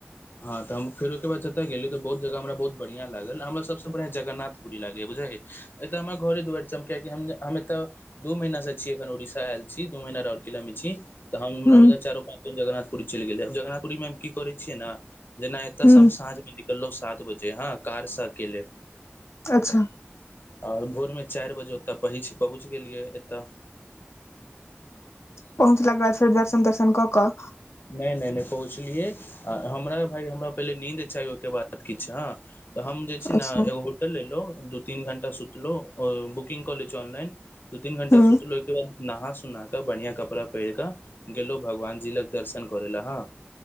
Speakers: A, on the left; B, on the left.
A: हँ तऽ हम फेर ओहिके बाद जतय गेलियै तऽ बहुत जगह हमरा बहुत बढ़िआँ लागल हमरा सबसँ बढ़िआं जगन्नाथ पूरी लागे बुझाै एक त हमरा घरे दुएर किय हम एतऽ दू महीना से छीयै एखन उड़ीसा आयल छी दू महीना र किला मे छी तऽ हमरा
B: ह
A: चारो पाँच दिन जगरनाथपुरी चैल गेलै जगरनाथपुरी मे हम की करै छियै ने जेना एत
B: ह
A: से हम साँझ के निकलौ है सात बजे ह कार से अकेले
B: अच्छा
A: आर भोरमे चैर बजे ओतय पहुँच गेलियै एतय
B: पहुँचला के बाद फेर दर्शन तर्शन क कऽ
A: नै नै नै पहुँचलियै आ हमरा भाय हमरा पहिले नीन्द चाही ओहिके बाद किछु हँ तऽ हम जे छै
B: अच्छा
A: ने एगो होटल एलहुँ दू तीन घण्टा सुतलहुँ बुकिंगग कऽ लै छी ऑनलाइन दू तीन घण्टा
B: ह
A: सुतलो ओहिके बाद नहा सुनााकऽ बढ़िया कपड़ा पहिर कऽ गेलहुँ भगवान जी लग दर्शन करै लए हँ